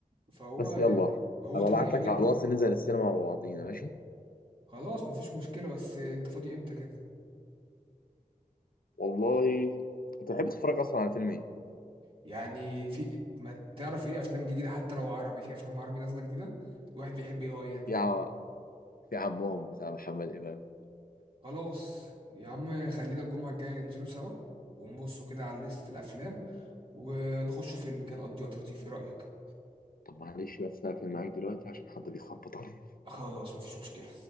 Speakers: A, on the right; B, on the left.
A: فهو
B: بس
A: يعني
B: يلا ابقى
A: هو طبيعي
B: ابعت لك
A: جدا
B: على الواتس ننزل السينما مع بعضينا ماشي
A: خلاص مفيش مشكلة بس أنت فاضي إمتى كده
B: والله انت بتحب تتفرج اصلا على فيلم ايه
A: يعني في ما تعرف إيه أفلام جديدة حتى لو عربي في أفلام عربي نازلة جديدة الواحد بيحب يغير كده
B: في ع... في عمهم بتاع محمد امام
A: خلاص يا عم خلينا الجمعة الجاية ننزلوا سوا ونبصوا كده على لستة الأفلام ونخشوا فيلم كان قضي وقت لطيف إيه رأيك؟
B: طب معلش بس هقفل معاك دلوقتي عشان حد بيخبط عليا
A: خلاص مفيش مشكلة